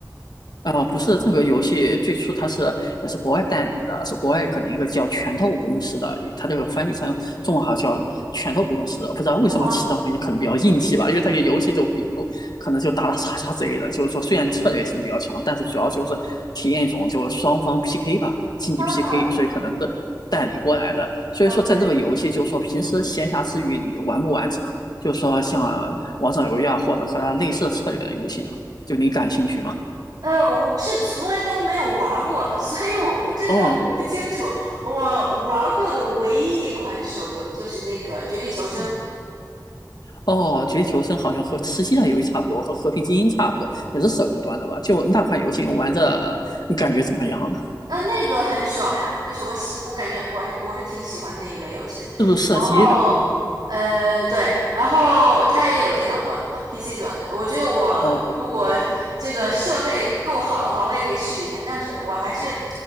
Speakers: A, on the left; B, on the right.
A: 啊，不是这个游戏最初它是也是国外代理的，是国外可能一个叫拳头公司的，它这个翻译成中文好像叫拳头公司，不知道为什么起这种名字可能比较硬气吧，
B: 啊
A: 因为它这游戏就比如可能就打打杀杀之类的，就是说虽然策略性比较强，但是主要就是体验一种就是双方 PK 吧，竞技
B: 哈，
A: PK，所以可能是代理过来的，所以说在这个游戏就是说平时闲暇之余你玩不玩这，
B: 嗯，OK，
A: 个，就是说像王者荣耀或者和它类似的策略的游戏呢，就你感兴趣吗？
B: 呃，我是从来都没有玩儿过，<laughs> 所以我不知道，
A: 哦，
B: 我不清楚。我玩儿过的唯一一款手游就是那个《绝地求生》。
A: 嗯哦，绝地求生好像和吃鸡的游戏差不多，和和平精英差不多，也是手游端的吧？就那款游戏玩着你感觉怎么样呢？
B: 啊，那个很爽呀，就是我喜，我感觉我还我是挺喜欢那一类游戏的。
A: 是不是射击的？
B: 然后，呃，对，然后它也有电脑端的嘛，PC 端的。我觉得我如果这个设备够好的话，
A: 哦
B: 我也可以试一下。但是我还是，